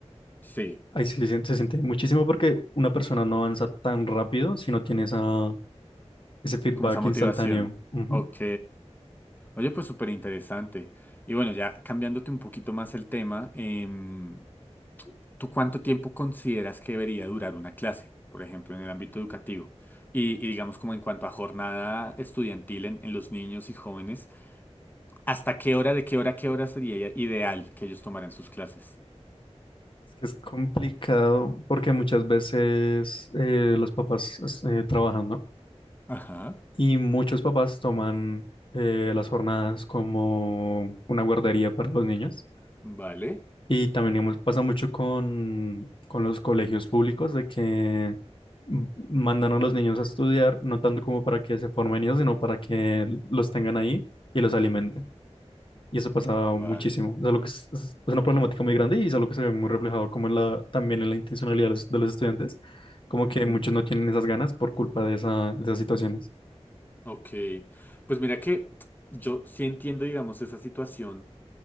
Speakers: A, on the left (about 15°); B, on the left (about 50°).
A: sí,
B: Ahí sí se siente, se siente muchísimo porque una persona no avanza tan rápido si no tiene esa, ese feedback
A: como esa motivación.
B: instantáneo. Ujú.
A: Ok. Oye, pues súper interesante. Y bueno, ya cambiándote un poquito más el tema, em, ¿tú cuánto tiempo consideras que debería durar una clase, por ejemplo, en el ámbito educativo? Y, y digamos como en cuanto a jornada estudiantil en, en los niños y jóvenes, ¿hasta qué hora, de qué hora, a qué hora sería ideal que ellos tomaran sus clases?
B: Es que es complicado porque muchas veces eh, los papás es- eh, trabajan, ¿no?
A: Ajá,
B: Y muchos papás toman eh, las jornadas como una guardería para los niños.
A: vale,
B: Y también digamos, pasa mucho con, con los colegios públicos de que m- mandan a los niños a estudiar, no tanto como para que se formen ellos, sino para que los tengan ahí y los alimenten. Y eso pasa
A: vale.
B: muchísimo. Es algo que es, es- una problemática muy grande y es algo que se ve muy reflejado como en la, también en la intencionalidad de los, de los estudiantes, como
A: Ujú,
B: que muchos no tienen esas ganas por culpa de esa, de esas situaciones.
A: Ok, pues mira que yo sí entiendo, digamos, esa situación